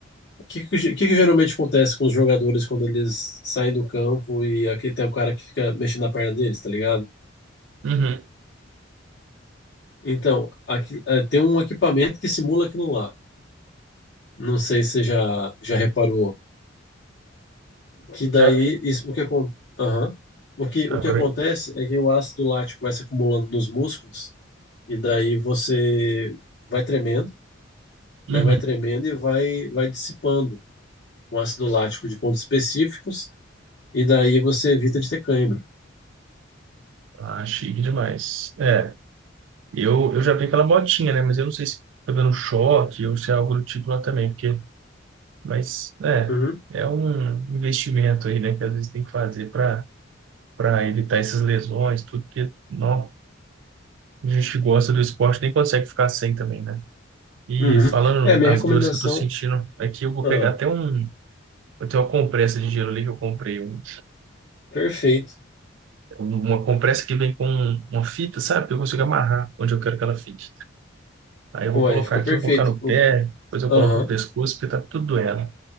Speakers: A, on the left; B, on the right.
A: o que, que ge- o que que geralmente acontece com os jogadores quando eles saem do campo e aqui tem o cara que fica mexendo na perna deles, tá ligado?
B: Uhum,
A: Então, aqui- é, tem um equipamento que simula aquilo lá. Não sei se você já, já reparou que daí
B: já vi.
A: isso, o que, acon- aham. o que,
B: Agora,
A: o que acontece é que o ácido lático vai se acumulando nos músculos e daí você vai tremendo, né?
B: uhum.
A: Vai tremendo e vai, vai dissipando o ácido lático de pontos específicos e daí você evita de ter cãibra.
B: Ah, chique demais. É, eu, eu já vi aquela botinha, né? Mas eu não sei se tá dando choque ou se é algo do tipo lá também, porque, mas, é,
A: Uhum,
B: é um investimento aí, né? Que às vezes tem que fazer para para evitar essas lesões, tudo, porque, não, a gente que gosta do esporte nem consegue ficar sem também, né? E
A: uhum.
B: falando
A: É, minha
B: das
A: recomendação.
B: dores que eu tô sentindo, aqui eu vou
A: Ah,
B: pegar até um. Eu tenho uma compressa de gelo ali que eu comprei. Um,
A: perfeito.
B: um- uma compressa que vem com uma fita, sabe? Que eu consigo amarrar onde eu quero que ela fique. Aí eu
A: Pô,
B: vou colocar
A: aí fica
B: aqui,
A: perfeito.
B: eu vou colocar no pé,
A: O-
B: depois eu
A: Aham.
B: coloco no pescoço, porque tá tudo doendo.